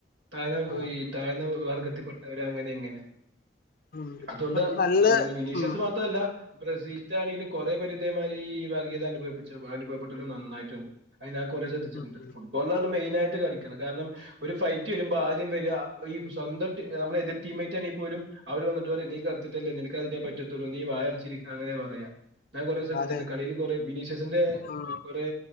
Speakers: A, on the right; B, on the left.
A: താഴ്ന്ന
B: ആഹ്
A: താഴ്ന്ന വർഗത്തിൽപ്പെട്ടവര് അങ്ങനെയാ ഇങ്ങനെയാ
B: ഉം
A: അതുകൊണ്ട്
B: ഇപ്പം നല്ല
A: വിനീഷസ്
B: ഉം
A: മാത്രവല്ലാ ബ്രസീൽ ആണെങ്കിലും കൊറേ പേര് ഇതേമാതിരി ഈ വർഗീത അനുഭവിപ്പിച്ചു അനുഭവപ്പെട്ടും നന്നായിട്ടുണ്ട് അതിനാ കൊറേ ശ്രദ്ധിച്ചിട്ടുണ്ട്.
B: ഉം ഉം
A: ഫുട്ബോളിലാണ് മെയിനായിട്ട് കളിക്കുന്നത് കാരണം ഒരു ഫൈറ്റ് വരുമ്പോ ആദ്യം വരിക ഈ സ്വന്തം നമ്മടെ എതിർ ടീമായിട്ട് ആണേ പോലും അവര് വന്നിട്ട് പറയും നീ കറത്തിട്ടല്ലേ നിനക്ക് അതിനെ പറ്റത്തുള്ളൂ നീ വായ അടച്ചിരിക്കുക അങ്ങനെയാ പറയാ. ഞാൻ കൊറേ ശ്രദ്ധിച്ചിട്ടുണ്ട്
B: അതെ
A: കളിയയില് കുറെ വിനീഷസിന്റെ
B: ഉം
A: കൊറേ